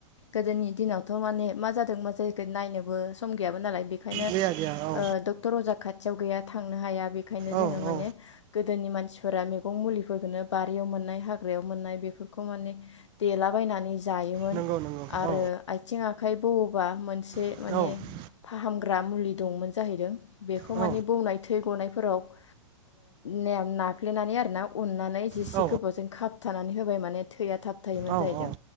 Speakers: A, on the left; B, on the right.
A: गोदोनि दिनाव थ' माने मा जादों मा जाहैखै नायनो बो सम गैयामोन नालाय बे खायनो
B: गैया गैया औ
A: ओ डक्टर अजा खा थियाव गैया थांनो हाया बेनिखायनो जोङो
B: औ
A: माने
B: औ
A: गोदोनि मानसि फोरा मेगं मुलिफोरखौनो बारियाव मोननाय हाग्रायाव मोननाय बेफोरखौ माने देलाबायनानै जायोमोन
B: नंगौ नंगौ
A: आरो
B: औ
A: आथिं आखाइ बौ बा मोनसे
B: औ
A: माने
B: औ
A: फाहामग्रा मुलि दंमोन जाहैदों बेखौ
B: औ
A: माने बौनाय थै गनाय फोरक ओ ने नाफ्लेनानै आरोना अननानै जिसे
B: औ
A: गोबावजों खाबथानानै हो बाय माने थैया थाब थायोमोन
B: औ
A: जाहैदों